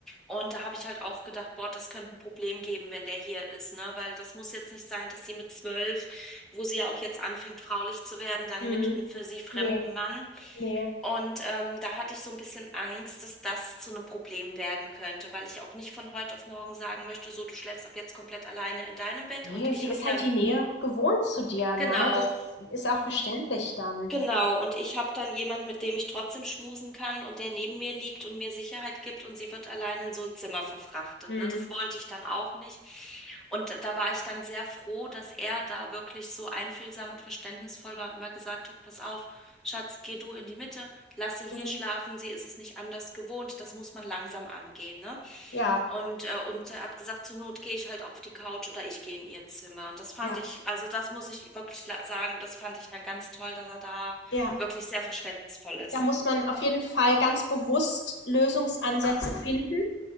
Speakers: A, in the centre; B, on the left.
A: Und da habe ich halt auch gedacht, boah, das könnte ein Problem geben, wenn der hier ist, ne? Weil das muss jetzt nicht sein, dass sie mit zwölf, wo sie ja auch jetzt anfängt, fraulich zu werden, dann
B: Mhm.
A: mit einem für sie fremden
B: Nee,
A: Mann.
B: nee.
A: Und ähm, da hatte ich so ein bisschen Angst, dass das zu einem Problem werden könnte, weil ich auch nicht von heute auf morgen sagen möchte, so, du schläfst ab jetzt komplett alleine in deinem Bett
B: Nee,
A: und
B: sie
A: ich habe
B: ist halt
A: ja ein
B: die Nähe gewohnt zu dir, ne?
A: Genau.
B: Das ist auch verständlich dann.
A: Genau, und ich habe dann jemand, mit dem ich trotzdem schmusen kann und der neben mir liegt und mir Sicherheit gibt und sie wird allein in so ein Zimmer verfrachtet.
B: Mhm.
A: Ne? Das wollte ich dann auch nicht. Und da da war ich dann sehr froh, dass er da wirklich so einfühlsam und verständnisvoll war und immer gesagt hat, pass auf, Schatz, geh du in die Mitte, lass sie hier
B: Mhm.
A: schlafen, sie ist es nicht anders gewohnt, das muss man langsam angehen, ne?
B: Ja,
A: Und, äh, und er hat gesagt, zur Not gehe ich halt auf die Couch oder ich gehe in ihr Zimmer. Und das fand
B: ja.
A: ich, also das muss ich wirklich la- sagen, das fand ich dann ganz toll, dass er da
B: Ja,
A: wirklich sehr verständnisvoll ist.
B: da muss man auf jeden Fall ganz bewusst Lösungsansätze finden,